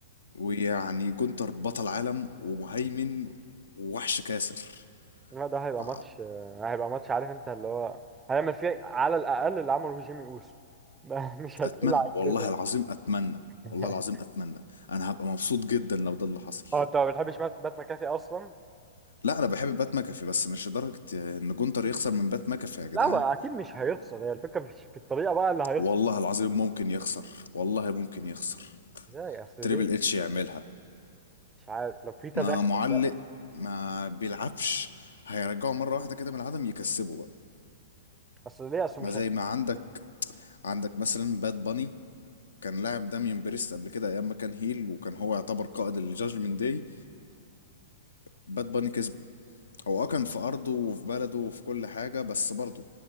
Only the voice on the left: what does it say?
ويعني جونتر بطل عالم ومهيمن ووحش كاسر
ف
اتمنى
والله
العظيم اتمنى
والله العظيم اتمنى انا هبقى مبسوط جدا لو ده اللي حصل
لا انا بحب بات ماكافي بس مش لدرجة ان جونتر يخسر من بات ماكافي يا جدعان
والله العظيم ممكن يخسر والله ممكن يخسر
تريبل
اتش يعملها
ما معلق
ما بيلعبش هيرجعه مرة واحدة كده من العدم يكسبه بقى
ما
زي
ما عندك عندك مثلا باد باني كان لاعب داميان بريست قبل كده ايام ما كان هيل وكان هو يعتبر قائد الجاجمنت داي باد باني كسبه هو اه كان في ارضه وفي بلده وفي كل حاجة بس برضه